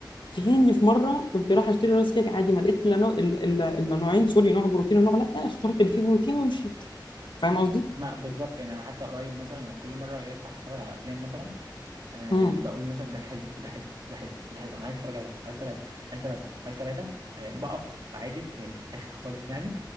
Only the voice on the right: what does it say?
ما بالظبط يعني انا حتى قريب مثلا لو كل مره جاي افتح اتفرج على افلام مثلا آه
بقول مثلا ده حلو وده حلو وده حلو وده حلو انا عايز اتفرج على ده وعايز اتابع ده عايز اتابع ده وعايز اتابع ده آه بقف عاجز يعني في الاخر خالص يعني